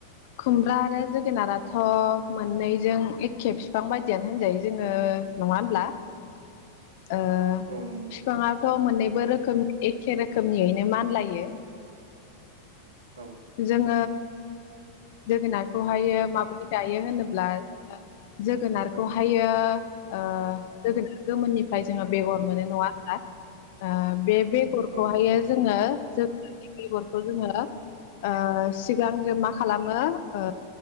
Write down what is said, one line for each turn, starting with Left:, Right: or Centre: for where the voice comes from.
Left: खुमब्रा आरो जोगोनाराथ' मोननैजों एक खेब बिफां बायदियानो होनजायो जोङो नङा होनब्ला ओ
Right: औ नंगौ नंगौ
Left: फिफांआथ' मोननैबो रोखोम <unintelligible> एक एखे रोखोमनियैनो मानलायो
Right: औ
Left: आङ जोगोनारखौ हायो माबोरै गायो होनोब्ला जोगोनार खौहायो ओ जोगोनार गोमोननिफ्राय जोंङो बेगर मोनो नङा होनबा ओ बे बेगरखौहायो
Right: औ ओं औ नंगौ
Left: जोङो जोग बेगरखौ जोङो ओ सिगां जों मा खालामो ओ